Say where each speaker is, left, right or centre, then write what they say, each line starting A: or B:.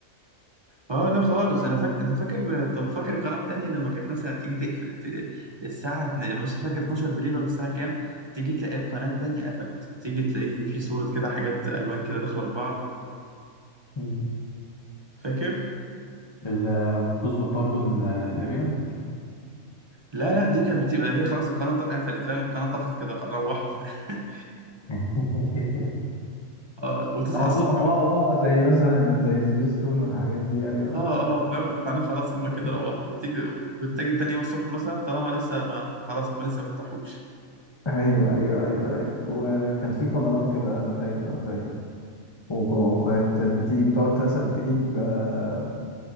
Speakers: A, on the right; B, on the left.
A: اه لا خالص انا فاكر انت فاكر طب فاكر القناه التانيه لما كانت مثلا تيجي تقفل ت... الساعه اتن- مش فاكر 12 بالليل ولا الساعه كام تيجي تلاقي القناه التانيه قفلت تيجي تلاقي في صوره كده حاجات الوان كده داخله في بعض
B: مم.
A: فاكر
B: ال- بتظبط برضه ال- الاريال
A: لا لا دي كانت بتبقى هي خلاص القناه ط- قفلت فاهم القناه طفت كده خ- روحوا <laughs>
B: <laughs>
A: اه وتصحى
B: اه
A: الصبح
B: اه
A: مثلا
B: اه زي مثلا زي سبيس تون والحاجات دي ايوه
A: اه اه فاهم القناه خلاص هم
B: <laughs>
A: كده روحوا وتيجي وتيجي تاني يوم الصبح مثلا طالما لسه ما خلاص هم لسه ما فتحوش
B: ايوه ايوه ايوه ايوه وكان في قنوات كده انا فاكر انا فاكر وك- وكانت بتيجي بتقعد تس- تجيب آه،